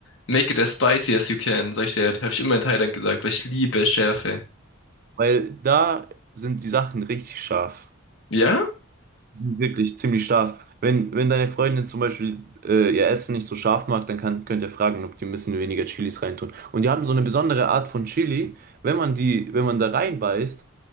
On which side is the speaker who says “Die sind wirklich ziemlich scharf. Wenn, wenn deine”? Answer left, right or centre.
Right